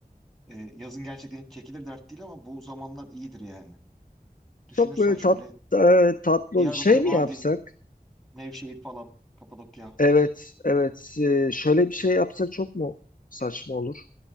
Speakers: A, in the centre; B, on the left.
A: E, yazın gerçekten hiç çekilir dert değil ama bu zamanlar iyidir yani. Düşünürsen
B: Çok böyle
A: şöyle
B: tat, e, tatlı
A: Diyarbakır,
B: ol- şey
A: Mardin,
B: mi yapsak?
A: Nevşehir falan, Kapadokya.
B: Evet, evet. E, şöyle bir şey yapsak çok mu saçma olur?